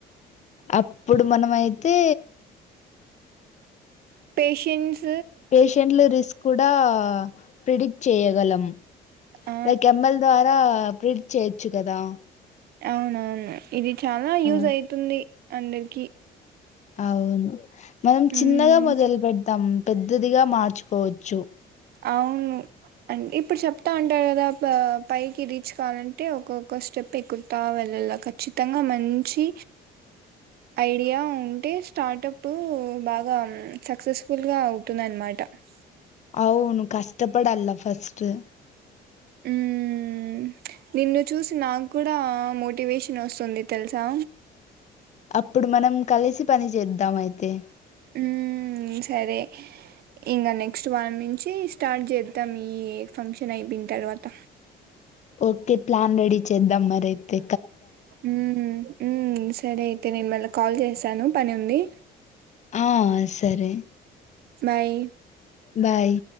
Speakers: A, on the left (about 45°); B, on the right (about 65°).
A: అప్పుడు మనము అయితే
B: పేషెంట్స్
A: పేషెంట్లు రిస్క్ కూడా ప్రిడిక్ట్ చేయగలం
B: ఆ!
A: లైక్ ఎమ్మెల్ ద్వారా ప్రిడిక్ట్ చేయొచ్చు కదా
B: అవునవును ఇది చాలా యూజ్
A: ఆ!
B: అయితుంది అందరికి
A: అవును మనం
B: హ్మ్.
A: చిన్నగా మొదలు పెడతాం పెద్దదిగా మార్చుకోవచ్చు
B: అవును అ ఇప్పుడు చెప్తా అం టీకదా పైకి రీచ్ కావాలంటే ఒక్కొక్క స్టెప్ ఎక్కుతా వెళ్ళాలా ఖచ్చితంగా మంచి నుంచి ఐడియా ఉంటే స్టార్టప్ బాగా సక్సెస్ఫుల్ గా అవుతుంద అనమాట <unintelligible>
A: అవును కష్టపడాల ఫస్ట్
B: హ్మ్ మ్ నిన్ను చూసి నాకు కూడా మోటివేషన్ వస్తుంది తెలుసా
A: అప్పుడు మనం కలిసి పని చేద్దాం అయితే
B: హ్మ్ సరే ఇంకా నెక్స్ట్ వారం నుంచి స్టార్ట్ చేద్దాం ఈ ఫంక్షన్ అయిపోయిన తర్వాత
A: ఓకే ప్లాన్ రెడీ చేద్దాం మరి అయితే
B: హ్మ్ మ్ సరే అయితే నేను మళ్ళ కాల్ చేసాను పని ఉంది
A: ఆ సరే
B: బయ్
A: బాయ్